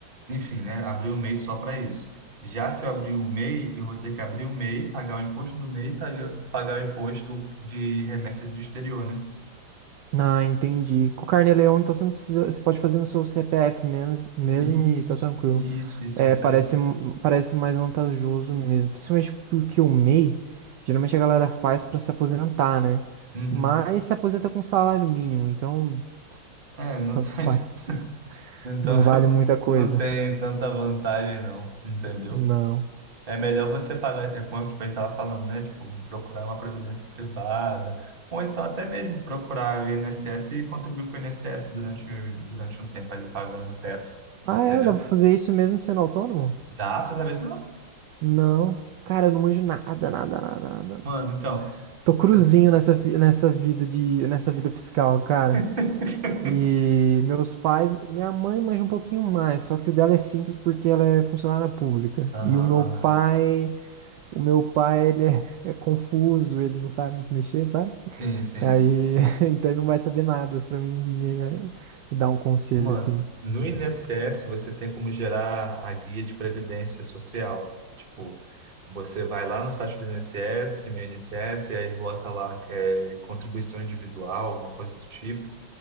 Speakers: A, on the right; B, on the right.
A: enfim, né, abrir o MEI só para isso. Já se eu abrir o MEI, eu vou ter que abrir o MEI, pagar o imposto do MEI, pagar, pagar o imposto de remessa do exterior, né?
B: Ah, entendi. Com o Carneleon, então você não precisa. Você pode fazer no seu CPF menos, mesmo
A: Isso,
B: e tá tranquilo.
A: isso, isso,
B: É,
A: isso
B: parece,
A: aí.
B: parece mais vantajoso mesmo. Principalmente porque o MEI, geralmente a galera faz pra se aposentar, né?
A: Uhum.
B: Mas se aposenta com salário mínimo, então
A: É, não
B: tanto
A: tem.
B: faz.
A: <laughs> Então,
B: Não
A: <laughs>
B: vale muita coisa.
A: não tem tanta vantagem, não, entendeu?
B: Não.
A: É melhor você pagar, é como tipo, a gente estava falando, né? Tipo, procurar uma previdência privada, ou então até mesmo procurar o INSS e contribuir com o INSS durante, durante um tempo ali pagando o teto,
B: Ah,
A: entendeu?
B: é? Dá pra fazer isso mesmo sendo autônomo?
A: Dá, você sabe isso não?
B: Não. Cara, eu não manjo nada, nada, nada, nada.
A: Mano, então.
B: Tô cruzinho
A: você-
B: nessa, fi- nessa vida de, nessa vida fiscal, cara.
A: <laughs>
B: E meus pais, minha mãe manja um pouquinho mais, só que o dela é simples porque ela é funcionária pública.
A: Aham,
B: E o meu
A: aham.
B: pai, o meu pai, ele é, <laughs> é confuso, ele não sabe muito mexer, sabe?
A: Sim, sim.
B: Aí, <laughs> então ele não vai saber nada pra mim me, me dar um conselho
A: Mano,
B: assim.
A: no INSS você tem como gerar a guia de previdência social. Tipo, você vai lá no site do INSS, meu INSS, e aí bota lá é, contribuição individual, uma coisa do tipo.